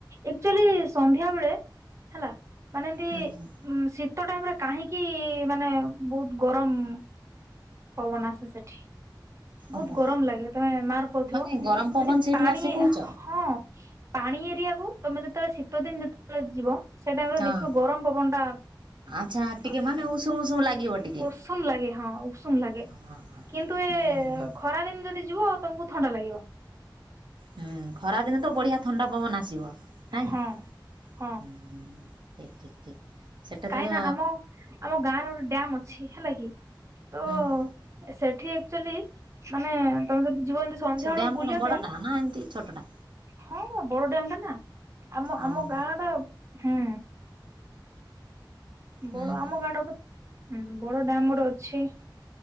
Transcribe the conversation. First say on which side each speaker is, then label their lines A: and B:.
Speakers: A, on the right; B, on the right.
A: ଏକ୍ଚୁଆଲି ସନ୍ଧ୍ୟା ବେଳେ ହେଲା ମାନେ ଏନ୍ତି
B: ହୁଁ
A: ଉଁ ଶୀତ ଟାଇମ୍ ରେ କାହିଁକି ମାନେ ବହୁତ୍ ଗରମ ପବନ ଆସେ ସେଠି। ବହୁତ୍
B: ଓହୋ
A: ଗରମ୍ ଲାଗେ ତମେ ମାର କରୁଥିବ
B: ମାନେ ଗରମ ପବନ
A: ଏମତି
B: ସେଇଠୁ
A: ପାଣି
B: ଆସେ କହୁଛ
A: ହଁ ପାଣି ଏରିଆକୁ ତମେ ଯେତବେଳେ ଶୀତ ଦିନ୍ ଯେତବେଳେ ଯିବ ସେ ଟାଇମ୍ ରେ
B: ହଁ
A: ଦେଖିବ ଗରମ ପବନ ଟା
B: ଆଚ୍ଛା ଟିକେ
A: <inaudible>
B: ମାନେ ଉଷୁମ ଉଷୁମ ଲାଗିବ ଟିକେ
A: ଷୁମ ଲାଗେ ହଁ ଉଷୁମ ଲାଗେ
B: ହଁ
A: କିନ୍ତୁ ଏ
B: ହଁ ହୁଁ ହୁଁ ହୁଁ
A: ଖରା ଦିନ୍ ଯଦି ଯିବ ତମକୁ ଥଣ୍ଡା ଲାଗିବ।
B: ହୁଁ ଖରାଦିନେ ତ ବଢ଼ିଆ ଥଣ୍ଡା ପବନ ଆସିବ ନାଇଁ?
A: ହଁ ହଁ
B: ହୁଁ ଠିକ୍ ଠିକ୍ ଠିକ୍। ସେଟା ତ
A: କାଇଁ
B: ହୁଁ
A: ନା ଆମ ଆମ ଗାଁ ରେ ଗୋଟେ ଡ୍ୟାମ୍ ଅଛି ହେଲା କିି ତ
B: ହୁଁ
A: ସେଠି ଆକ୍ଚୁଆଲି ମାନେ ତମେ ଯଦି ଯିବ ଏମିତି ସନ୍ଧ୍ୟା
B: ସେ
A: ବେଳକୁ
B: ଡ୍ୟାମ୍
A: ବୁଲିବା
B: କଣ ବଡ଼ଟା
A: ପାଇଁ
B: ନା ଏମିତି ଛୋଟଟା
A: ହଁ ବଡ ଡ଼୍ୟାମ୍ ଟା ନା ଆମ
B: ଓହୋ
A: ଆମ ଗାଁ ର ହୁଁ
B: ହୁଁ
A: ବଡ
B: ହୁଁ
A: ଆମ ଗାଁ ଗୋଟେ ବଡ ଡ଼୍ୟାମ୍ ଗୋଟେ ଅଛି